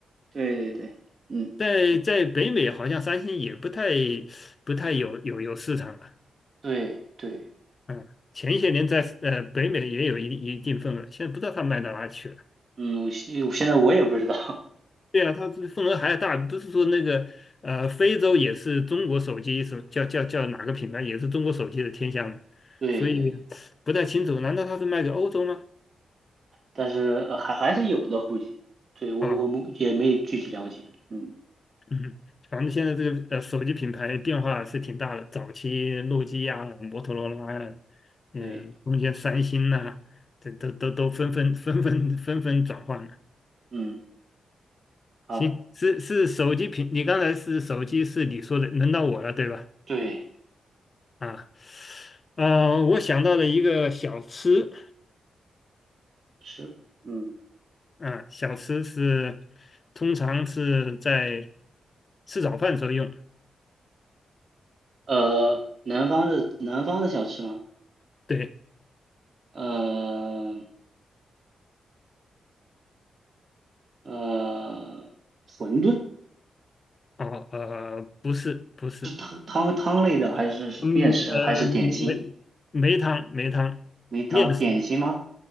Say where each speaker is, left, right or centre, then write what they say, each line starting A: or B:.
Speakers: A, on the right; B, on the left.
A: 对对对，嗯
B: 在在北美好像三星也不太不太有有有市场了，
A: 对对
B: 嗯，前些年在呃北美也有一定一定份额，现在不知道它卖到哪去了。
A: 嗯，我现我现在我也不知道，
B: 对啊，它这份额还大，不是说那个呃非洲也是中国手机什么叫叫叫哪个品牌也是中国手机的天下嘛，
A: <laughs> 对对对，
B: 所以不太清楚，难道它是卖给欧洲吗？
A: 但是呃还还是有的，估计。对，我我们也没有具体了解。
B: 啊。
A: 嗯
B: <laughs> 嗯，咱们现在这个呃手机品牌变化是挺大的，早期诺基亚、摩托罗拉呀，嗯，
A: 对
B: 中间三星呐、这都都都纷纷纷纷纷纷转换了。
A: 嗯，好，
B: 行，是是手机品，你刚才是手机是你说的，轮到我了对吧？
A: 对，
B: 啊，呃，我想到了一个小吃，
A: 是，嗯，
B: 啊，小吃是通常是在吃早饭时候用，
A: 呃，南方的南方的小吃吗？
B: 对，
A: 嗯。呃，馄饨
B: 哦，呃，不是不是，
A: 是汤汤汤类的，还是是面食，
B: 嗯呃梅梅汤梅汤面食
A: 还是点心？没汤点心吗？